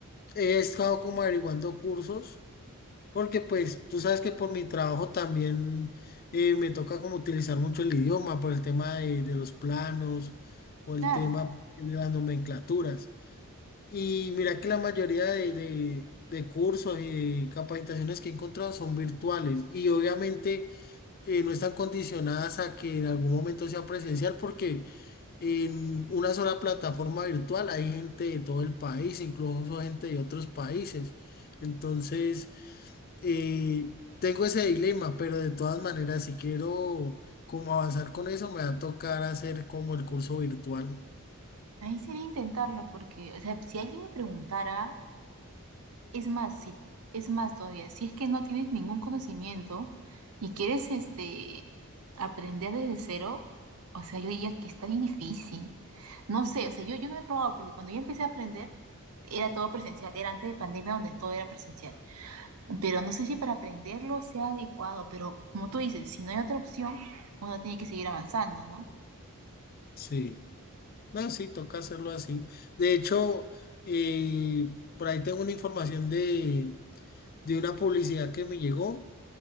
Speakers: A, on the left; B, on the right.
A: he estado como averiguando cursos. Porque pues tú sabes que por mi trabajo también eh, me toca como utilizar mucho el idioma por el tema de, de los planos o el
B: Claro,
A: tema de las nomenclaturas. Y mira que la mayoría de, de- de cursos y de capacitaciones que he encontrado son virtuales y obviamente eh, no están condicionadas a que en algún momento sea presencial porque en una sola plataforma virtual hay gente de todo el país, incluso gente de otros países. Entonces... Y tengo ese dilema, pero de todas maneras, si quiero como avanzar con eso, me va a tocar hacer como el curso virtual.
B: ahí sería intentarlo porque, o sea, si alguien me preguntara, Es más, si, es más todavía, si es que no tienes ningún conocimiento y quieres este aprender desde cero, o sea, yo diría que está bien difícil. No sé, o sea, yo, yo no lo he probado porque cuando yo empecé a aprender era todo presencial, era antes de pandemia donde todo era presencial. Pero no sé si para aprenderlo sea adecuado, pero como tú dices, si no hay otra opción, uno tiene que seguir avanzando, ¿no?
A: Sí, no, sí, toca hacerlo así. De hecho, eh, por ahí tengo una información de, de una publicidad que me llegó.